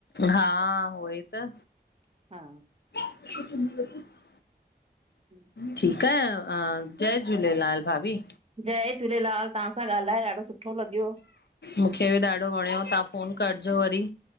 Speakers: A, on the left; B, on the right.
A: हा उहो ई त
B: हा।
A: <inaudible>
B: <inaudible>
A: ठीकु आ जय झूलेलाल भाभी।
B: जय झूलेलाल तहां सां ॻाल्हाए ॾाढो सुठो लॻियो।
A: मूंखे बि ॾाढो वणियो, तां फ़ोन करजो वरी।